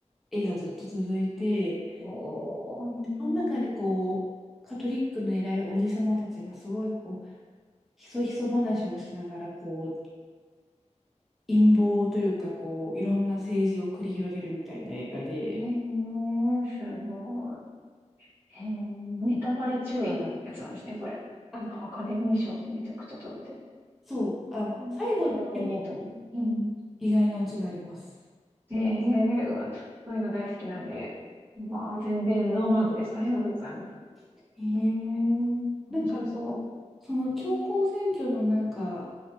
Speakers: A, in the centre; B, on the right.
A: 絵がずっと続いて、
B: おー
A: その中でこう、カトリックの偉いおじさまたちがすごいこう、ひそひそ話をしながら、こう、陰謀というか、こう、いろんな政治を繰り広げるみたいな映画で、
B: えー、すごい。えー、ネタバレ注意のやつなんですね、これ。
A: あ、
B: なんかアカデミー賞もめちゃくちゃ取ってる。
A: そう、あの、
B: うんそれが見に行っても。
A: 最後、
B: うん。
A: 意外なオチがあります。
B: えー、うわ、そういうの大好きなんで。まあ、全然ノーマークでした。ありがとうございます。
A: えー
B: うーん。面白そう。
A: なんか、その教皇選挙のなんか、